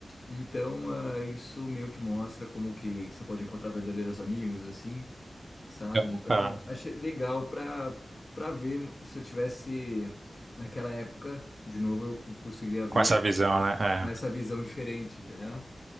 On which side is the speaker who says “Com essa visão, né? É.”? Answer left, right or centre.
Right